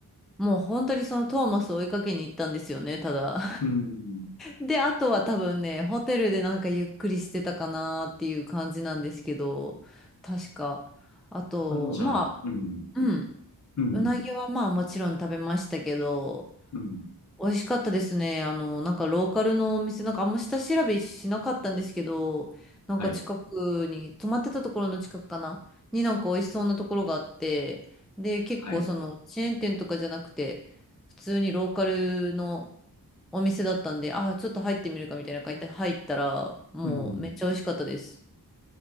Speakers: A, in the centre; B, on the left.
A: もう本当にそのトーマスを追いかけに行ったんですよね、ただ。
B: うん。
A: で、あとは多分ね、ホテルでなんかゆっくりしてたかなっていう感じなんですけど、確か。あと、
B: これもじゃあ、
A: まあ、
B: うん。
A: うん、
B: うん。
A: うなぎはまあもちろん食べましたけど、
B: うん。
A: 美味しかったですね。あの、なんかローカルのお店、なんかあんま下調べしなかったんですけど、なんか近くに、
B: はい。
A: 泊まってたところの近くかな、になんか美味しそうなところがあって、で、結構そのチェーン店とかじゃなくて、
B: はい。
A: 普通にローカルのお店だったんで、あ、ちょっと入ってみるかみたいな感じで入ったら、もうめっちゃ美味しかったです。
B: うん。